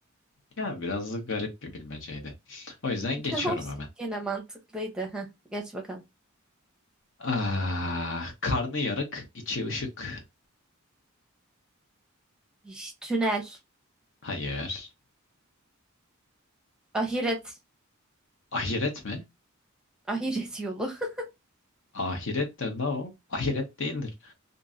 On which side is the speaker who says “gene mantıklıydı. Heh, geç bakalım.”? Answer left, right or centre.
Centre